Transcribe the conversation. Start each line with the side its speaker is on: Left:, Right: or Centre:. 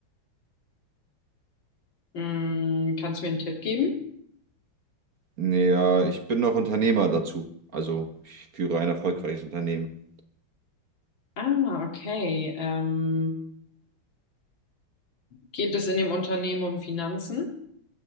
Left: hm, kannst du mir einen Tipp geben?
Right: Nee, ja, ich bin noch Unternehmer dazu. Also, ich führe ein erfolgreiches Unternehmen.
Left: Ah, okay. Ähm, geht es in dem Unternehmen um Finanzen?